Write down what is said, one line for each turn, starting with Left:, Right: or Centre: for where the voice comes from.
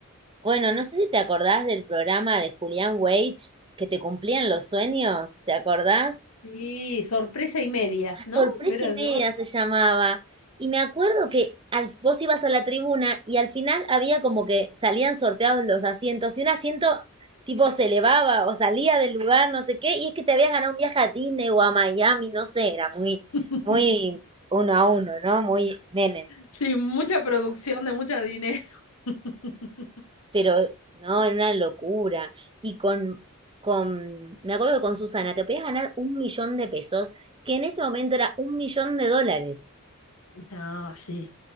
Right: Bueno, no sé si te acordás del programa de Julián Weich que te cumplían los sueños, ¿te acordás?
Left: Sí, sorpresa y media,
Right: A
Left: ¿no?
Right: sorpresa
Left: No era
Right: y media
Left: yo.
Right: se llamaba. Y me acuerdo que al, vos ibas a la tribuna y al final había como que salían sorteados los asientos y un asiento tipo se elevaba o salía del lugar, no sé qué, y es que te habías ganado un viaje a Disney o a Miami, no sé, era muy,
Left: <laughs>
Right: muy uno a uno, ¿no? Muy Menem.
Left: Sí, mucha producción de mucho dinero. <laughs>
Right: Pero, no, era una locura. Y con, con, me acuerdo que con Susana, te podías ganar un millón de pesos, que en ese momento era un millón de dólares.
Left: No, sí.